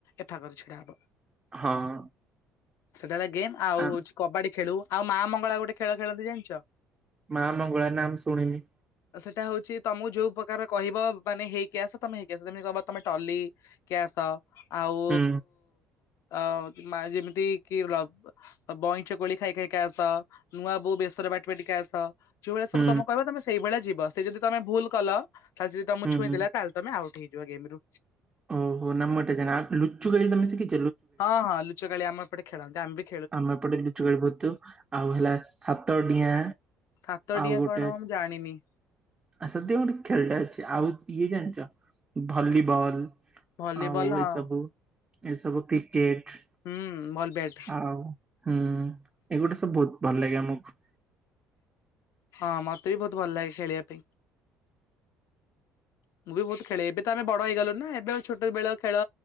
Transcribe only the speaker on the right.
ହଁ।
ଆ
ମା ମଙ୍ଗଳା ନା ମୁଁ ଶୁଣିନି।
ହୁଁ
ହୁଁ
ହୁଁ
ହୁଁ
ଓହୋ ନାମୋ ଜଣ ଲୁଚୁକାଳି ତମେ ଶିଖି
ଆମେ ଏପଟେ ଲୁଚୁକାଳି ବହୁତ୍ ଆଉ ହେଲା ସାତଡିଆଁ
ଆଉ
ଗୋଟେ
ଆ ସତ ଗୋଟେ ଖେଳଟା ଅଛି ଆଉ ଇଏ ଜାଣିଚ ଭଲିବଲ୍?
ଆଉ ଏସବୁ
ଏସବୁ କ୍ରିକେଟ୍।
ଆଉ ହୁଁ ଏଗୁଡ଼ା ସବୁ ବହୁତ୍ ଭଲ ଲାଗେ ଆମକୁ।